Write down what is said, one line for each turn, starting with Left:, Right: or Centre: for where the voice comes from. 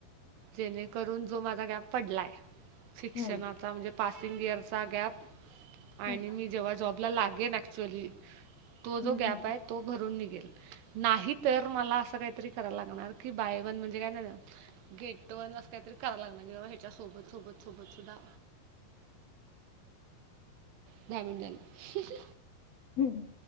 Right: जेणेकरून जो माझा गॅप पडलाय- शिक्षणाचा
Left: हम्म
Right: म्हणजे पासिंग इयरचा गॅप आणि
Left: हम्म
Right: मी जेव्हा जॉब- -ला लागेन ऍक्च्युअली. तो जो
Left: हम्म
Right: गॅप
Left: हम्म
Right: आहे- तो भरून निघेल. नाही तर मला असं काहीतरी करायला लागणार की बाय वन म्हणजे काय ना- गेट वन अस काय तरी कराव लागणार. की ते ह्याच्या सोबत सोबत सोबत सुद्धा- <unintelligible> दहा मिनटांनी
Left: हम.